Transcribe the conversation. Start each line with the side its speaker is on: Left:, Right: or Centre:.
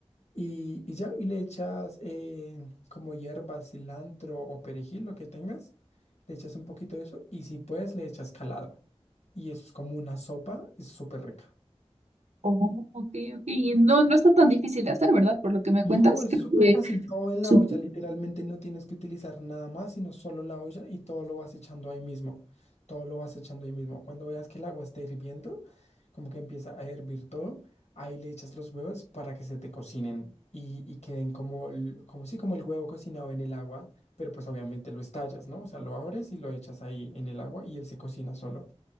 Left: y, y ya, y le echas eh, como hierba, cilantro o perejil, lo que tengas, le echas un poquito de eso y si puedes le echas calado y eso es como una sopa, es súper rica.
Right: Oh, ok, ok. Y No, no está tan difícil de hacer, ¿verdad? Por lo que me
Left: No,
Right: cuentas,
Left: es
Right: creo
Left: súper
Right: que
Left: fácil, todo en
Right: supongo.
Left: la olla, literalmente no tienes que utilizar nada más, sino solo la olla y todo lo vas echando ahí mismo, todo lo vas echando ahí mismo. Cuando veas que el agua está hirviendo, como que empieza a hervir todo, ahí le echas los huevos para que se te cocinen y, y queden como, el- como sí, como el huevo cocinado en el agua, pero pues obviamente lo estallas, ¿no? O sea, lo abres y lo echas ahí en el agua y él se cocina solo.